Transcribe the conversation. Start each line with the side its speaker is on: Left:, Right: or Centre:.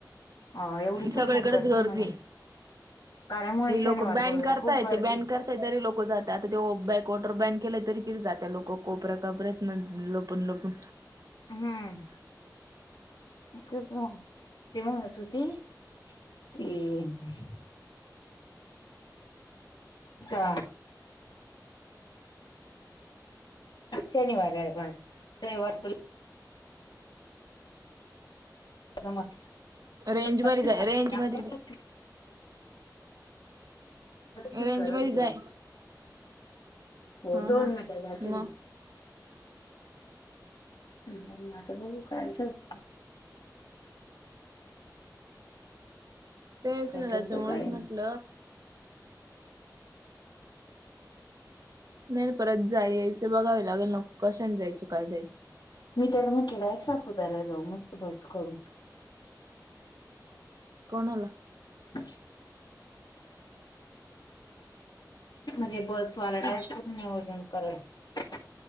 Left: अं.. एवढी
Right: सगळीकडेच
Left: तुफान गर्दी म्हणे.
Right: आहे
Left: कारणमुळे
Right: हे
Left: शनिवार,
Right: लोक बॅन
Left: रविवार
Right: करताय
Left: खूप गर्दी.
Right: ते बॅन करताय तरी लोक जातात. आता ते बॅक वॉटर बॅन केलं, तरी तिथं जात लोक कोपऱ्या कापऱ्यातन लपून-लपून.
Left: हम्म.. तेच न ती म्हणत होती. की. हां.. शनिवार आहे. वार रविवार तरी, <unintelligible> ् आता
Right: रेंज मध्ये
Left: रविवारचं
Right: जाय रेंज मध्ये जाय
Left: फीक्स
Right: रेंज
Left: कराल
Right: मध्ये जाय
Left: ते. हो
Right: हा
Left: दोन
Right: हा
Left: मिनटं जाते
Right: मग
Left: ना. बरं, आता ना बघू काय ठरत.
Right: तेचं
Left: काय
Right: ना त्यांच्यामुळेच
Left: ठरतं काय
Right: म्हटलं.
Left: नाही
Right: नाही परत जाया यायचं. ते बघावे लागेल ना, कशाने जायचं काय जायचं.
Left: मी त्याला म्हंटलं, एक सापुतारा जाऊ मस्त बस करून.
Right: कोणाला?
Left: <unintelligible> म्हणजे बस. सांगायच
Right: ती
Left: कुटण नियोजन करायला.